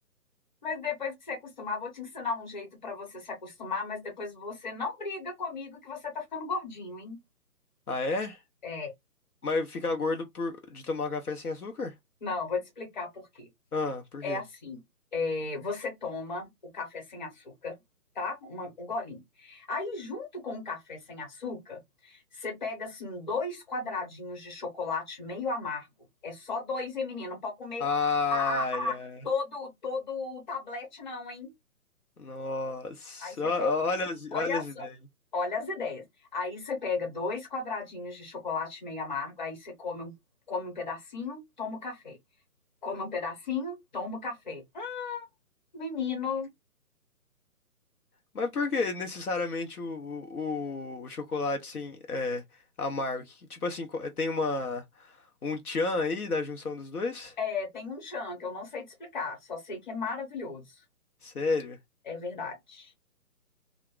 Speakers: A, on the left; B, on the left.
A: mas depois que você acostumar, vou te ensinar um jeito para você se acostumar, mas depois você não briga comigo que você tá ficando gordinho, hein?
B: Ah, é?
A: É,
B: Mas ficar gordo por de tomar café sem açúcar?
A: não, vou te explicar por quê.
B: Ah, por
A: É
B: quê?
A: assim, é, você toma o café sem açúcar, tá? Uma- um golinho. Aí, junto com o café sem açúcar, você pega, assim, dois quadradinhos de chocolate meio amargo. É só dois, hein, menino? Não pode comer
B: Ai,
A: ah,
B: ai.
A: todo, todo o tablete, não, hein?
B: Nossa,
A: Aí você
B: ó-
A: pega,
B: olha as,
A: olha
B: olha as
A: só,
B: ideias.
A: olha as ideias. Aí você pega dois quadradinhos de chocolate meio amargo, aí você come um, come um pedacinho, toma o café. Come um pedacinho, toma o café. Um Menino,
B: Mas por que necessariamente o, o, o chocolate, assim, é amargo? Que- Tipo assim, co- tem uma, um tchan aí da junção dos dois?
A: É, tem um chão que eu não sei te explicar, só sei que é maravilhoso.
B: Sério?
A: É verdade.